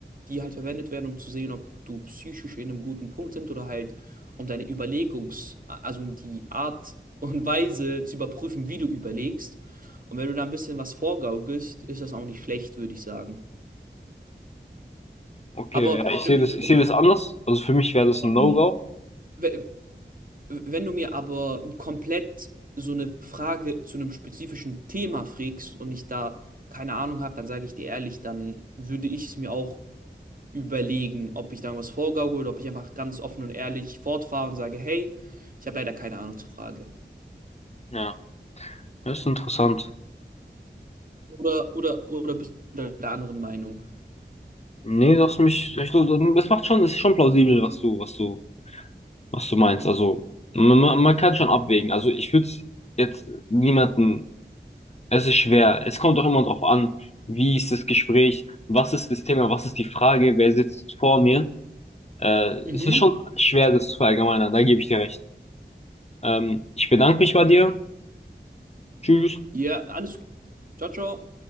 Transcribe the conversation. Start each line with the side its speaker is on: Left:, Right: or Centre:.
Right: die halt verwendet werden, um zu sehen, ob du psychisch in einem guten Punkt sind oder halt um deine Überlegungs-, also um die Art und Weise zu überprüfen, wie du überlegst. Und wenn du da ein bisschen was vorgaukelst, ist das auch nicht schlecht, würde ich sagen.
Left: Okay,
Right: Aber
Left: ja, ich sehe
Right: wenn
Left: das, ich
Right: du,
Left: sehe das anders. Also für mich wäre das
Right: wenn
Left: ein No-Go.
Right: du, Wenn du mir aber komplett so eine Frage zu einem spezifischen Thema frägst und ich da keine Ahnung habe, dann sage ich dir ehrlich, dann würde ich es mir auch überlegen, ob ich da was vorgaukel oder ob ich einfach ganz offen und ehrlich fortfahre und sage, hey, ich habe leider keine Ahnung zur Frage.
Left: Ja, das ist interessant.
Right: Oder, oder, oder bist du da der anderen Meinung?
Left: Nee, das mich, ich, das macht schon, das ist schon plausibel, was du, was du, was du meinst. Also man, man man kann schon abwägen. Also ich würde jetzt niemanden, es ist schwer. Es kommt auch immer drauf an, wie ist das Gespräch, was ist das Thema, was ist die Frage, wer sitzt vor mir. Äh,
Right: Mhm.
Left: es ist schon schwer, das zu verallgemeinern. Da gebe ich dir recht. Ähm, ich bedanke mich bei dir. Tschüss.
Right: Ja, alles gut. Ciao, ciao.